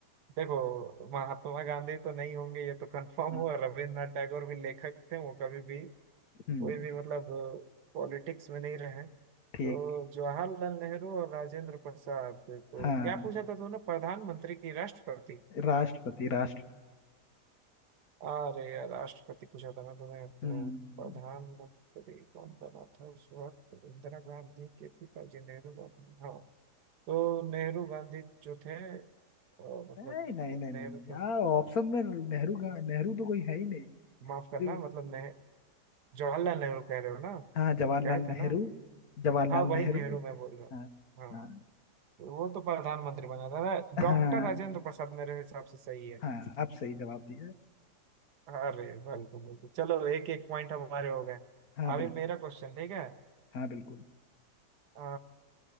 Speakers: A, on the right; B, on the left.
A: देखो महात्मा गांधी तो नहीं होंगे ये तो कंफर्म
B: हाँ,
A: हुआ रविन्द्रनाथ टैगोर भी लेखक थे वो कभी भी
B: हम्म,
A: कोई भी मतलब पॉलिटिक्स में नहीं रहे तो
B: ठीक
A: जवाहरलाल नेहरू और राजेंद्र प्रसाद तो
B: हाँ
A: क्या पूछा था तूने प्रधानमंत्री की राष्ट्रपति
B: राष्ट्रपति राष्ट्र
A: अरे यार राष्ट्रपति पूछा था ना तूने तो
B: हम्म,
A: प्रधानमंत्री कौन बना था उस वक्त इंदिरा गांधी के पिताजी नेहरू गांधी हाँ तो नेहरू गांधी जो थे अ, मतलब
B: नहीं नहीं नहीं
A: नेहरू
B: नहीं नहीं
A: तो
B: यार ऑप्शन में नेहरू का नेहरू तो कोई है ही नहीं
A: माफ
B: सिर्फ-
A: करना मतलब नेह जवाहरलाल नेहरू कह रहे हो ना
B: हाँ जवाहरलाल
A: कहे थे
B: नेहरू
A: ना
B: जवाहरलाल
A: हाँ वही
B: नेहरू
A: नेहरू मैं बोल रहा हूँ
B: हाँ हाँ
A: हाँ तो वो तो प्रधानमंत्री बना था ना
B: हाँ
A: डॉक्टर राजेंद्र प्रसाद मेरे हिसाब से सही है
B: हाँ आप सही जवाब दिया
A: अरे बिल्कुल बिल्कुल चलो एक एक पॉइंट हमारे हो गए
B: हाँ
A: अभी
B: बिल्कुल
A: मेरा क्वेश्चन ठीक है
B: हाँ बिल्कुल
A: अ,